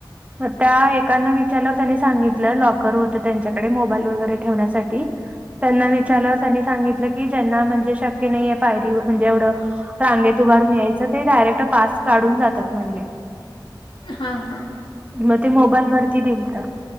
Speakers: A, on the right; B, on the left.
A: म त्या एकाना विचारल्यावर त्यांनी सांगित लॉकर होत त्यांच्याकडे मोबाईल वगेरे ठेवण्यासाठी त्यांना विचार
B: हम्म
A: त्यांनी सांगित म्ह की ज्यांना म्हणजे शक्य नाहीे पायरी म्हणजे एवढं रांगेत उभारून यायचं ते डायरेक्ट पास काढून जातात म्हणले.
B: हा हा
A: मग ते मोबाईल वरती दिलत.